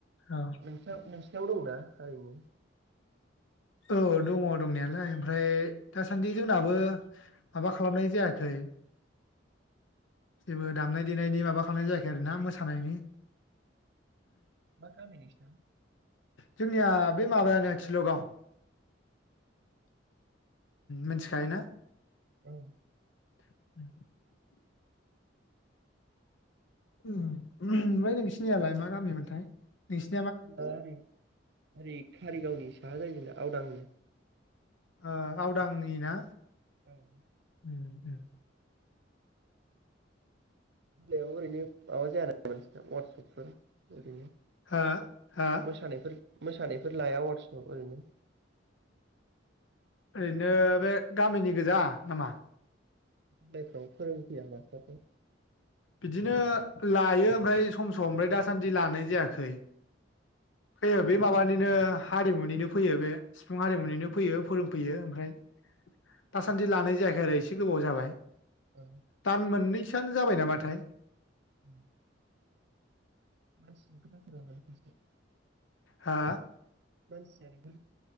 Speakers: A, on the left; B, on the right.
A: औ
B: नोंसा नोस नाव दंना हारिमु
A: औ दङ दंनायालाय ओमफ्राय दासान्दि नाबो माबा खालामनाय जायाखै जेबो दामनाय देनायनि माबा खालामनाय जायाखै आरोना मोसानायनि
B: मा गामि नोंसिना
A: जोंनिया बे माबायानो थिलगाव मिथिखायो ना
B: औ
A: <unintelligible> ओम ओमाय नोंसिनियालाय मा गामिमोनथाय नोंसि
B: ओनै ओरै कारिगावनि साहा जायो आवदांङो
A: ओ आवदांनि ना
B: ओं
A: उम उम।
B: बिलायाव ओरैनो माबा जायानामा नोंसिना वास्सएपफोर ओरैनो
A: हो-हो
B: मोसानायफोर मोसानायफोर लाया वाटसाव ओरैनो
A: ओरैनो बे गामिनि गोजा। नामा?
B: जायफ्राव फोरोंफैया मास्टारफोर
A: बिदिनो लायो ओमफ्राय सम सम ओमफ्राय दासान्दि लानाय जायाखै। फैयो बे माबानिनो हारिमुनिनो फैयो बे सुबुं हारिमुनिनो फैयो फोरोंफैयो ओमफ्राय दासान्दि लानाय जायाखै। औरै एसे गोबाव जाबाय।
B: औ
A: दान मोननै सोआनो जाबाय नामाथाय।
B: <inaudible> मानसि <inaudible>
A: हा
B: मानसिया <unintelligible>